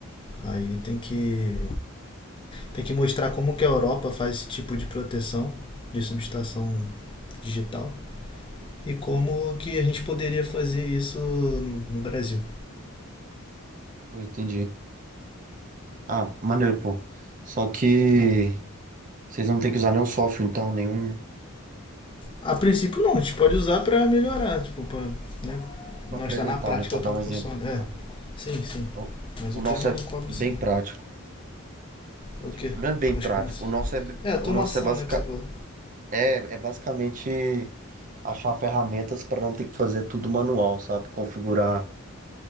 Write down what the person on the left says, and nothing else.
Aí tem que Tem que mostrar como que a Europa faz esse tipo de proteção de subestação digital e como que a gente poderia fazer isso no, no Brasil.
né?
A princípio não, a gente pode usar para melhorar, tipo, pra, né?
não
está na prática
como
funciona. É,
sim, sim.
Mas o
tema
não cobre
som.
É o
quê?
Mas
como assim?
É, a tomação,
né, que você falou.